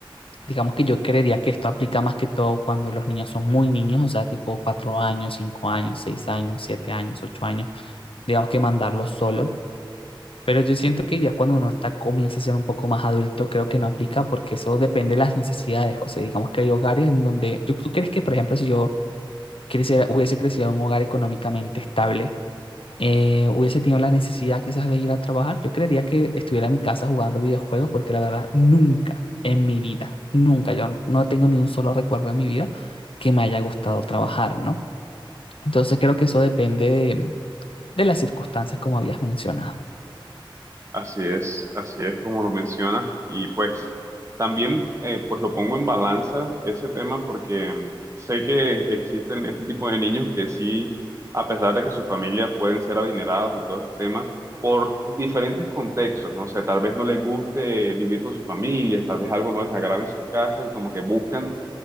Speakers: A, on the left; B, on the right.
A: Digamos que yo creería que esto aplica más que todo cuando los niños son muy niños, o sea, tipo cuatro años, cinco años, seis años, siete años, ocho años digamos que mandarlos solo. Pero yo siento que ya cuando uno está, comienza a ser un poco más adulto, creo que no aplica porque eso depende de las necesidades. O sea, digamos que hay hogares en donde, ¿tú, tú crees que, por ejemplo, si yo creciera- hubiese crecido en un hogar económicamente estable, eh, hubiese tenido la necesidad quizás de ir a trabajar? Yo creería que estuviera en mi casa jugando videojuegos porque la verdad, nunca en mi vida, nunca, yo no tengo ni un solo recuerdo en mi vida que me haya gustado trabajar, ¿no? Entonces creo que eso depende de de las circunstancias como habías mencionado.
B: Así es, así es como lo mencionas. Y pues también eh, pues lo pongo en balanza ese tema porque mm, sé que existen este tipo de niños que sí, a pesar de que sus familias pueden ser adineradas y todo este tema, por diferentes contextos, no sé, tal vez no les guste vivir con sus familias, tal vez algo no les agrade en sus casas y como que buscan